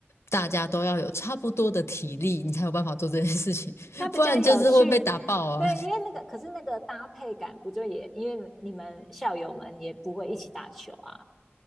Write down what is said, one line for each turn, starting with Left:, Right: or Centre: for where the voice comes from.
Left: 大家都要有差不多的体力，你才有办法做这件事情，<laughs>
Centre: 他比较有趣。
Left: 不然就是会被打爆啊。
Centre: 对，因为那个可是那个搭配感不就也因为你们校友们也不会一起打球啊，